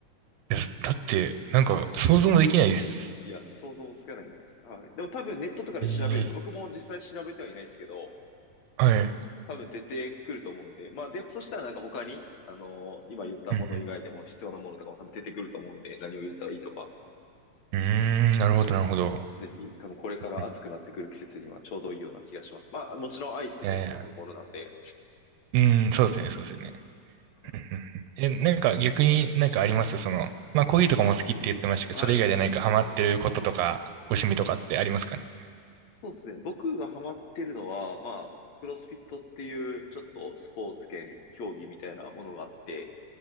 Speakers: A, on the right; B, on the left.
A: いや、だって、なんか、
B: はい。
A: 想像もできないです。
B: いや、想像もつかないです。はい。でも多分ネットとかで調べると、
A: ええ
B: 僕も実際調べてはいないですけど、
A: はい。
B: 多分出てくると思うんで、まあ、で、そしたらなんか他に、あのー今言ったもの以外でも必要なものとかも多分出てくると思うんで、
A: うん、
B: 何を入れたらいいとか、
A: うん。うーん、なるほど、なるほど。
B: ぜひ、多分これから暑くなってくる季節にはちょうどいいような気がします。
A: うん
B: まあ、もちろんアイスで飲むものなんで。
A: いやいや、うん、そうですね、そうですね。
B: はい
A: うんうんうんえ、なんか逆になんかありますその、
B: そうっす。
A: まあコーヒーとかも好きって言ってましたけど、
B: はい。
A: それ以外で何かハマってることとか、ご趣味とかってありますかね
B: そうですね。僕がハマってるのは、まあ、クロスフィットっていうちょっとスポーツ兼競技みたいなものがあって、